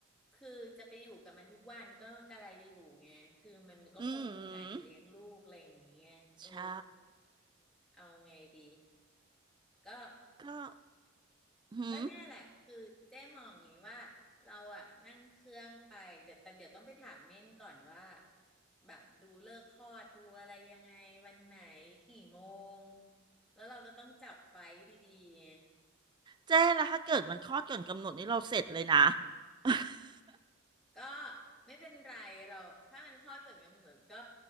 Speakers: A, in the centre; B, on the right.
A: คือจะไปอยู่กับมันทุกวันก็กะไรอยู่ไงคือมันก็คงเหนื่อยเลี้ยงลูกอะไรอย่างเงี้ยเออ
B: อืมใช่
A: เอาไงดีก็
B: ก็หืม
A: ก็เนี่ยแหละคือเจ๊มองอย่างนี้ว่าเราอะนั่งเครื่องไปเดี๋ยวแต่เดี๋ยวต้องไปถามเม่นก่อนว่าแบบดูเลิกษ์คลอดดูอะไรยังไงวันไหนกี่โมงแล้วเราก็ต้องจับไฟท์ดีๆไง
B: เจ๊แล้วถ้าเกิดมันคลอดก่อนกำหนดนี่เราเสร็จเลยนะ <laughs>
A: ก็ไม่เป็นไรเราถ้ามันคลอดเกิดงั้นมันเหมือนก็